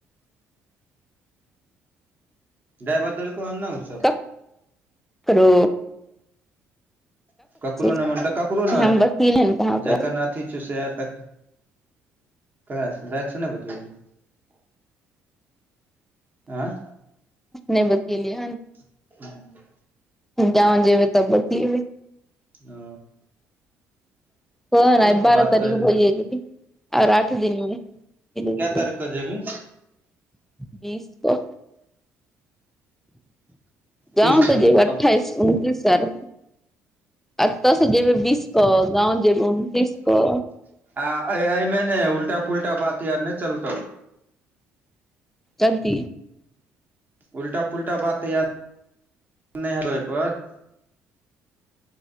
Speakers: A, on the right; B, in the centre.
A: दाई बतेलकौ हन नई उ सब
B: तऽ करो
A: ककरो
B: छै
A: नै मोन तअ ककरो नै
B: हम बतियेलियै हन कहाँ ओकरा
A: जखन अथी छै से आ तकरै <unintelligible> हैं
B: नहि बतएलियै हन
A: <unintelligible>
B: गाँव जेबै तऽ बतीब गाँव जेबै तब बतयेबै
A: ओ
B: कह
A: तऽ
B: बारह
A: बात
B: तारीख
A: करे
B: भैये गेलय ओर आठ दिनमे
A: कै तारीख के जेबही
B: बीस कऽ गाँव
A: तीस तारीख
B: तअ जेबै अठाइस
A: क
B: उनतीस सर अतऽ सऽ जेबै बीस क गाँव जेबै उनतीस क
A: आ ऐ-ऐ मे ने उल्टा - पुल्टा बात और नै चलतो
B: कथि
A: उल्टा-पुल्टा बात या नैै हेइत ओय पर